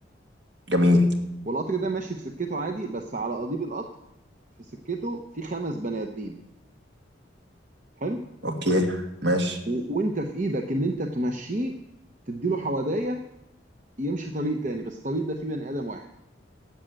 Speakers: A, on the right (about 65°); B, on the right (about 40°).
A: جميل
B: والقطر ده ماشي في سكته عادي بس على قضيب القطر في سكته في خمس بني ادمين حلو
A: اوكي ماشي
B: و- وانت في ايدك ان انت تمشيه تديله حوادية يمشي طريق تاني بس الطريق ده فيه بني ادم واحد